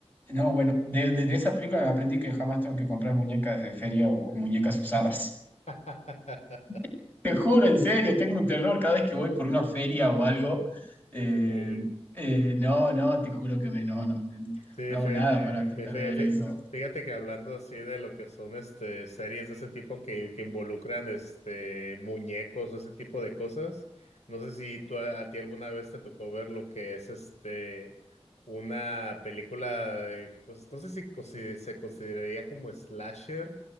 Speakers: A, on the left (about 15°); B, on the left (about 85°).
A: No, bueno, de, de- de esa película me aprendí que jamás tengo que comprar muñecas de feria o, o muñecas usadas.
B: <laughs>
A: <laughs> Te juro, en serio, tengo un terror cada vez que voy por una feria o algo. Eh,
B: Sí.
A: eh, no, no, te juro que me, no, no, no
B: Sí,
A: no
B: fe-
A: hago nada para tratar
B: fe- fe-
A: de ver
B: fe-
A: eso.
B: fíjate que hablando así de lo que son este series de ese tipo que, que involucran este muñecos o ese tipo de cosas, no sé si tú a, a ti alguna vez te tocó ver lo que es este una película, eh, pues no sé si consi- se consideraría como slasher,